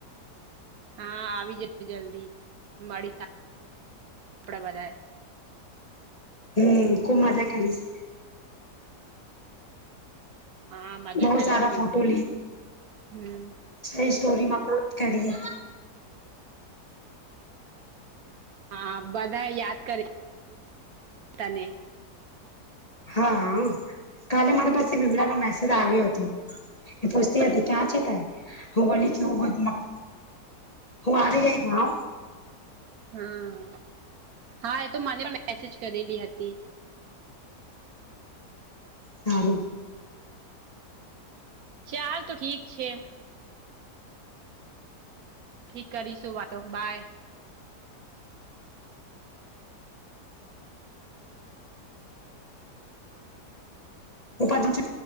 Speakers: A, on the right (about 65°); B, on the left (about 35°).
A: હા આવી જશે જલ્દી મારી આપડા બધા.
B: હમ ખુબ મજા કરીશ.
A: હા મજા
B: બહુત
A: કરીશું
B: સારા ફોટો લી
A: હમ
B: એ સ્ટોરીમાં પોટ કરીએ.
A: હા બધા યાદ કરે તને
B: હા કાલે મારી પાસે વિમલા નો મેસેજ આવ્યો હતો. એ પૂસતી હતી ક્યાં છે <unintelligible> હું બોલી કે <unintelligible> હું આવી ગઈ <unintelligible>
A: હમ્મ હા એ તો મને મેસેજ કરેલી હતી.
B: હારું
A: ચાલ તો ઠીક છે. ઠીક કરીશું વાતો બાય.
B: <unintelligible>